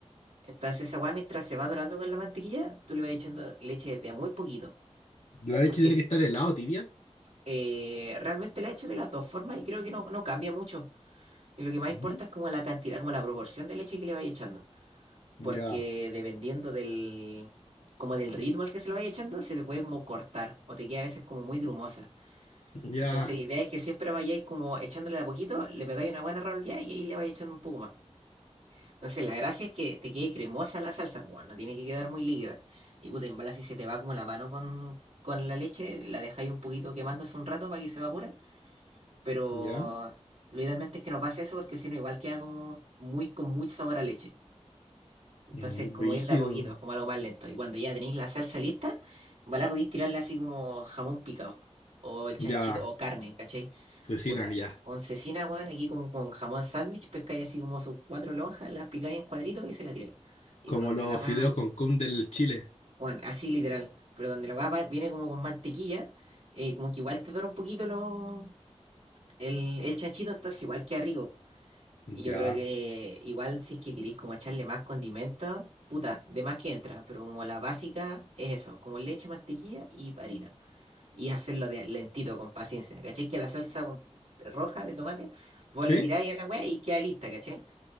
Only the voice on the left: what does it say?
La leche
tiene que estar helada, tibia.
ujú,
Ya.
Ya.
¿Ya?
Mm,
Brígido.
Ya,
cecina,
ya.
Como
los
fideos con cum del Chile.
Ya.
¿Sí?